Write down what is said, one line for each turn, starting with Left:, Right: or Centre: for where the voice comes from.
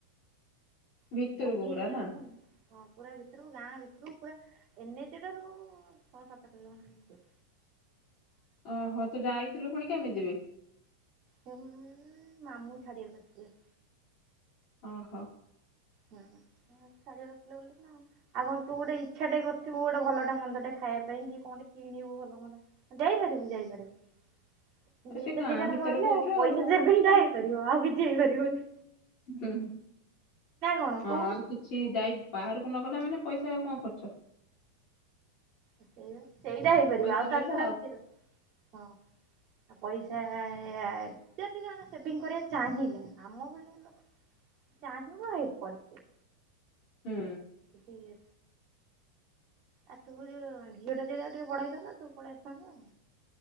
Left: ଭିତରୁକୁୁ
Right: ରହିଛି ବନ୍ଦୀ ହେଇକି
Left: ପୁରା
Right: ଯୋଉ
Left: ନା?
Right: ରୁହନ୍ତିନି ହଁ ପୁରା ଭିତରୁକୁ ଗାଁ ଭିତରକୁ ପୁରା ଏନ୍ ଏଚ୍ ଠାରୁ ଛଅ ସାତ କିଲୋମଟର
Left: ଓହୋଃ ତୁ ଯାଇଥିଲୁ ପୁଣି କେମିତିି ବେ?
Right: ସେ ମାମୁଁ ଛାଡ଼ିବାକୁ ଆସିଥିଲେ।
Left: ଓହୋଃ।
Right: ହୁଁ ହଁ ଛାଡ଼ିବାକୁ ଆସିଥିଲେ ବୋଲି ଆଉ କଣ ତୁ ଗୋଟେ ଇଚ୍ଛା ଟେ କରିଥିବୁ ଗୋଟେ ଭଲଟେ ମନ୍ଦଟେ ଖାଇବା ପାଇଁ କି କଣ କିଣିବୁ ଭଲ ମନ୍ଦ ଯାଇପାରିବୁ ଯାଇପାରିବୁ
Left: ଆ
Right: ଦିନ୍‌ଟା
Left: ସେ ଗାଁ
Right: ଜାଗାରେ
Left: ଭିତରେ
Right: ରହିଲେ
Left: କହୁଛୁ ଆଉ
Right: ପଇସା ସେଭିଙ୍ଗ ଟା କରିବ ଆଉ କିଛି ହେଇ ପାରିବନି।
Left: ହୁଁ ହୁଁ
Right: କଣ
Left: ହଁ
Right: କହୁନୁ।
Left: ଆଉ ସିଏ ଯାଇ ବାହାରକୁ ନଗଲା ମାନେ ପଇସା ଆଉ କଣ ଖର୍ଚ୍ଚ।
Right: ସେଇ ସେଇଟା ହେଇପାରିବ
Left: ପଇସା
Right: ଆଉ
Left: ରହିଲା
Right: ତା ଛଡା <unintelligible> ହଁ। ଆ ପଇସା ଯଦି ଜଣେ ସେଭିଙ୍ଗ କରିବାକୁ ଚାହିଁଲା ଆମ ଭଳିଆ ଲୋକ ଚାହିଁବ। <unintelligible>
Left: ହୁଁ।
Right: ଯିଏ ଆଉ ତୁ ଯୋଉ ଝିଅଟା ଯଦି ଆଉ ଟିକେ ବଡ଼ ହେଇଥାନ୍ତା ତୁ ପଳେଇ ଆସିଥାନ୍ତୁ ଆଉ।